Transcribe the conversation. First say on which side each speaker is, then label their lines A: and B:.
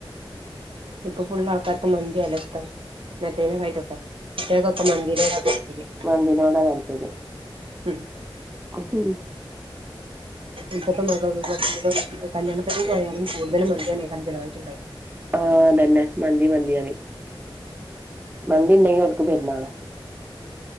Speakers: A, on the right; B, on the right.
A: ഇപ്പ ഫുള്ള് ആൾക്കാർക്കും മന്തിയാലെ ഇഷ്ടം മറ്റെയ്നെ <unintelligible> ഇറ്റങ്ങൊക്ക് ഒക്കെ മന്തിനോടാ താല്പര്യം
B: മന്തിനോടാ താല്പര്യം.
A: ഉം
B: ഉം
A: ഇപ്പത്തെമക്കൾക്കൊക്കെ കല്യാണപെരേല് പോയാലും കൂടുതല് മന്തിഎന്നേകാരം ചെലവായിട്ട്ണ്ടാവ.
B: ആ അതന്നെ മന്തി മന്തി പറിം. മന്തി ഇണ്ടങ്കിൽ ഒര്ക്ക് പെരുന്നാള.